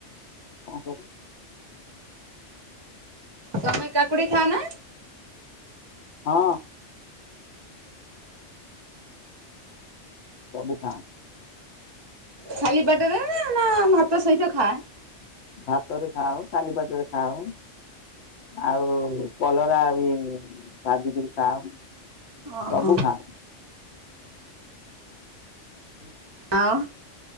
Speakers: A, on the left; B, on the right.
A: କଣ କରିବି?
B: ତମେ କାକୁଡି ଖାଅ ନା?
A: ହଁ। ସବୁ ଖା।
B: ଖାଲିପେଟରେ ନା ଭାତ ସହିତ ଖା?
A: ଭାତରେ ଖାଉ ଖାଲି ପେଟରେ ଖାଉ। ଆଉ କଲରା ବି ଭାଜିକିରି ଖାଉ।
B: ଓହୋ।
A: ସବୁ ଖାଉ ହୁଁ।
B: <unintelligible>